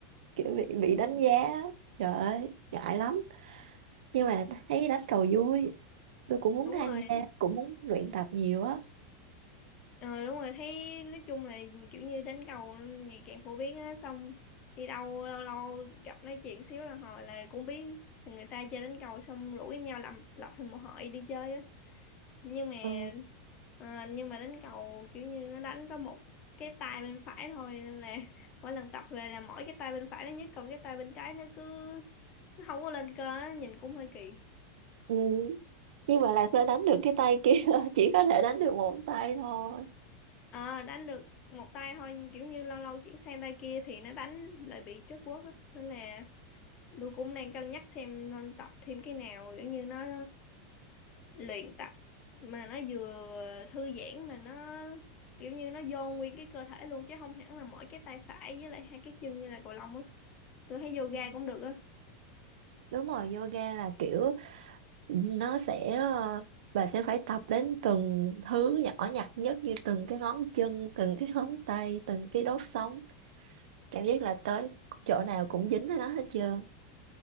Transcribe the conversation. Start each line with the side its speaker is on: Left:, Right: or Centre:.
Right: kiểu bị bị đánh giá á. trời ơi ngại lắm nhưng mà thấy đánh cầu vui tôi cũng muốn
Left: đúng
Right: tham
Left: rồi,
Right: gia cũng muốn luyện tập nhiều á
Left: Ờ, đúng rồi, thấy nói chung là kiểu như đánh cầu ngày càng phổ biến á, xong đi đâu lâu lâu gặp nói chuyện xíu là hồi là cũng biết người ta chơi đánh cầu xong rủ với nhau làm lập thành một hội đi chơi á. nhưng mà
Right: ừ.
Left: ờ, nhưng mà đánh cầu kiểu như nó đánh có một cái tay bên phải thôi nên là <laughs> mỗi lần tập về là mỗi cái tay bên phải nó nhất còn cái tay bên trái nó cứ nó không có lên cơ á, nhìn cũng hơi kỳ
Right: Ừ. nhưng mà làm sao đánh được cái tay kia <laughs> chỉ có thể đánh được một tay thôi
Left: Ờ, đánh được một tay thôi nhưng kiểu như lâu lâu chuyển sang tay kia thì nó đánh lại bị trớt guốc á nên là tôi cũng đang cân nhắc xem nên tập thêm cái nào kiểu như nó luyện tập mà nó vừa thư giãn mà nó kiểu như nó vô nguyên cái cơ thể luôn chứ không hẳn là mỗi cái tay phải với lại hai cái chân như là cầu lông á tôi thấy yoga
Right: Ừ.
Left: cũng được á
Right: đúng rồi yoga là kiểu nó sẽ ờ, bà sẽ phải tập đến từng thứ nhỏ nhặt nhất như từng cái ngón chân từng cái ngón tay từng cái đốt sống cảm giác là tới chỗ nào cũng dính ở nó hết trơn